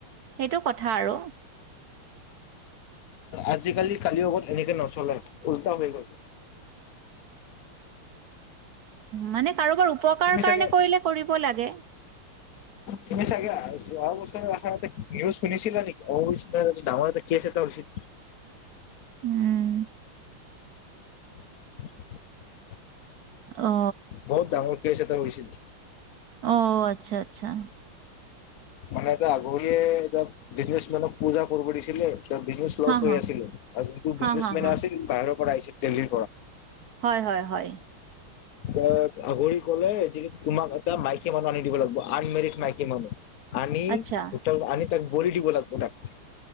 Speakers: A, on the right; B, on the left.
A: সেইটো কথা আৰু
B: আজিকালি কালি <unintelligible> আগত এনেকে নচলে উল্টা হৈ গ
A: মানে কাৰোবাৰ উপকাৰ
B: তুমি চাগে
A: কাৰণে কৰিলে কৰিব লাগে।
B: তুমি চাগে <unintelligible> যোৱা বছৰ <unintelligible> নিউজ শুনিছিলা নেকি অ ডাঙৰ এটা কেছ এটা হৈছিল।
A: উম
B: উ
A: অ
B: বহুত ডাঙৰ কেছ হৈছিল
A: অ আচ্ছা আ আচ্ছা
B: মানে এটা আগ <unintelligible> বিজনেছ মানক পূজা কৰিব দিছিলে ত বিজনেচ লছ
A: হা
B: হৈ
A: হা
B: আছিলে আৰু যিটো
A: হা
B: বিজনেচ
A: হা
B: মেন
A: হা
B: আছিল বাহিৰৰ পইছে তেলীৰ
A: হয় হয় হয়।
B: এ আগৰি কলে যে তোমাক এটা মাইকী মানুহ আনি দিব লাগিব আনমেৰিড মাইকী মানুহ। আনি
A: আচ্ছা
B: ভোটেল আনি তা ধৰিদিব লাগিব তাক